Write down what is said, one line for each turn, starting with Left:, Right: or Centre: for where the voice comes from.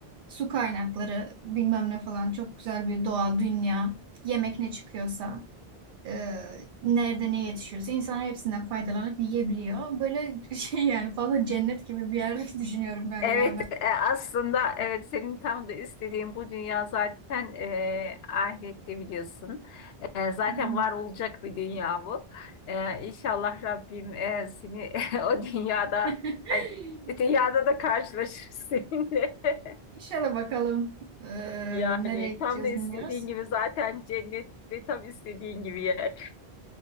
Right: Su kaynakları bilmem ne falan çok güzel bir doğa, dünya, yemek ne çıkıyorsa, e, nerede ne yetişiyorsa insan hepsinden faydalanıp yiyebiliyor. Böyle <laughs> şey yani fazla cennet gibi bir yer <laughs> düşünüyorum galiba
Left: Evet, e, aslında evet senin tam da istediğin bu dünya zaten e, ahirette biliyorsun. E, zaten
Right: ben.
Left: var olacak bir dünya bu. E, İnşallah Rabbim e, seni <laughs> o dünyada
Right: <laughs>
Left: hani dünyada da karşılaşır seninle. <laughs>
Right: İnşallah bakalım eee,
Left: Yani
Right: nereye gideceğiz
Left: tam da istediğin
Right: bilmiyoruz.
Left: gibi zaten cennette tam istediğin gibi yer.